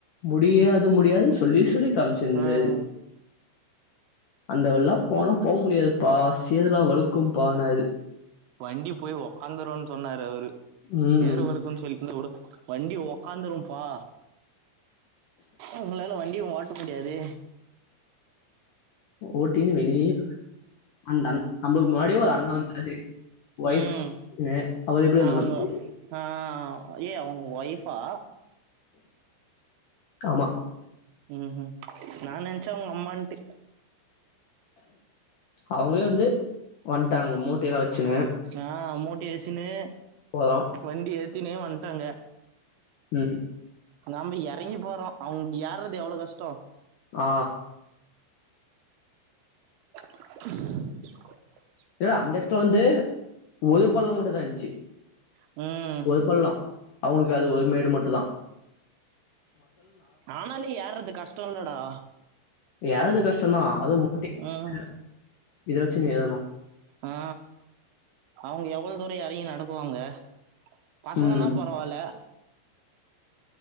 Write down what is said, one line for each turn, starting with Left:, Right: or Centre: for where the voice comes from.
Left: முடியாது முடியாதுன் சொல்லி சொல்லி கன்செண்டு
Right: ம்
Left: அந்தவல்லா போனா போ முடியாதுப்பா சேதெலா வழுக்குப்பானாரு
Right: வண்டி போய் உட்காந்துருன் சொன்னாரு அவரு
Left: ம்.
Right: சேர் வழுக்குன்னு சொல்லிருந்தா கூட வண்டி உக்காந்துரும்ப்பா உங்களால வண்டியு ஓட்ட முடியாது
Left: ஓட்டீனு வெளியே <inaudible> அந் தண் நம்பளுக்கு முன்னாடியே ஒரு அண்ண வந்தாரு ஒய்ஃப்
Right: ம்
Left: <inaudible> னு அவரு எப்டி வந்துனுருப்பாரு
Right: அவங்க ஆ ஏ அவுங்க ஒய்ஃபா
Left: ஆமா
Right: ம் ம் நா நெனச்சே அவுங்கம்மான்ட்டு
Left: அவுங்ளே வந்து வந்ட்டாங்க மூட் டைல வெச்சினு
Right: ஆ மூட்டைய வெச்சினு
Left: போதும்
Right: வண்டி ஏத்தினே வந்ட்டாங்க
Left: ம்
Right: நாம எறங்கி போறோ அவுங்க ஏறது எவ்ளோ கஷ்டோ
Left: ஆ
Right: <inaudible>
Left: ல்ல அந்த எடத்துல வந்து ஒரு பள்ளோ மட்டுந்தா இந்ச்சு
Right: ம்
Left: ஒரு பள்ளோ அவ்ங்ளுக்கு அது ஒருமேடு மட்டு தா
Right: ஆனாலு ஏர்றது கஷ்டோ இல்லடா
Left: ஏர்றது கஷ்டந்தா அதுவு
Right: ம்
Left: <inaudible> இத வச்சு நீ ஏறணு
Right: ஆ அவ்ங்க எவ்ளோ தூரோ எறங்கி நடக்குவாங்க பசங்கன்னா
Left: ம்
Right: பரவால